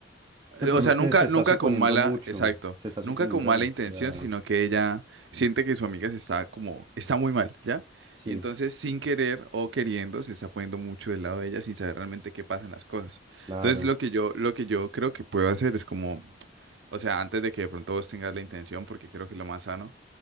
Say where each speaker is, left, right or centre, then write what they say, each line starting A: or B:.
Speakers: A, on the right (about 25°); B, on the right (about 80°).
A: Es que
B: Eh,
A: el problema
B: O sea,
A: es que
B: nunca,
A: se está
B: nunca
A: suponiendo
B: con mala,
A: mucho,
B: exacto,
A: se está suponiendo
B: nunca con mala
A: demasiado.
B: intención, sino que ella siente que su amiga se está como, está muy mal, ¿ya?
A: Sí,
B: Y entonces, sin querer o queriendo, se está poniendo mucho del lado de ella sin saber realmente qué pasan las cosas.
A: claro.
B: Entonces, lo que yo, lo que yo creo que puedo hacer es como, o sea, antes de que de pronto vos tengas la intención, porque creo que es lo más sano,